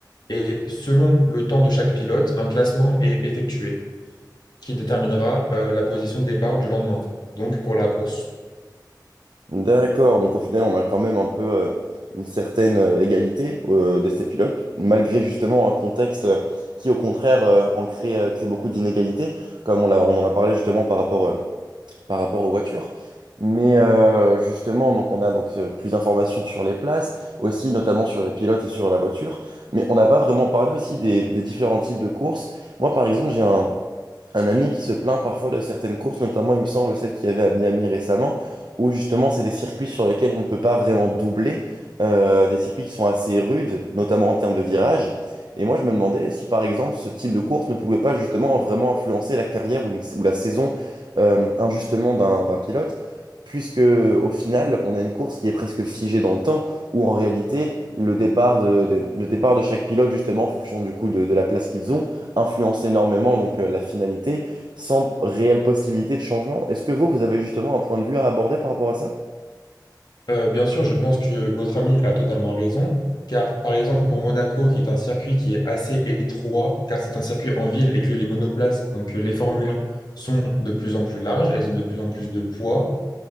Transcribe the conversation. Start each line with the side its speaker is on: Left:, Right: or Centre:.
Left: Et selon le temps de chaque pilote, un classement est effectué qui déterminera euh, la position de départ du lendemain, donc pour la course.
Right: D'accord, donc au final, on a quand même un peu euh, une certaine euh, égalité euh, de ces pilotes, malgré justement un contexte euh, qui, au contraire, euh, en crée, euh, crée beaucoup d'inégalités, comme on l'a- on en a parlé justement par rapport euh, par rapport aux voitures. Mais euh, justement, donc on a donc euh, plus d'informations sur les places, aussi notamment sur les pilotes et sur la voiture. Mais on n'a pas vraiment parlé aussi des, des différents types de courses. Moi, par exemple, j'ai un, un ami qui se plaint parfois de certaines courses, notamment, il me semble, celle qu'il y avait à Miami récemment, où justement, c'est des circuits sur lesquels on ne peut pas vraiment doubler, euh, des circuits qui sont assez rudes, notamment en termes de virages. Et moi, je me demandais si, par exemple, ce type de course ne pouvait pas justement vraiment influencer la carrière ou, une- ou la saison euh, injustement d'un d'un pilote, puisque au final, on a une course qui est presque figée dans le temps, où en réalité, le départ de, de- le départ de chaque pilote, justement, en fonction du coup de, de la place qu'ils ont, influence énormément donc euh, la finalité, sans réelle possibilité de changement. Est-ce que vous, vous avez justement un point de vue à aborder par rapport à ça?
Left: Euh, bien sûr, je pense que votre ami a totalement raison, car par exemple pour Monaco, qui est un circuit qui est assez étroit, car c'est un circuit en ville et que les monoplaces, donc euh, les Formule 1, sont de plus en plus larges, elles ont de plus en plus de poids,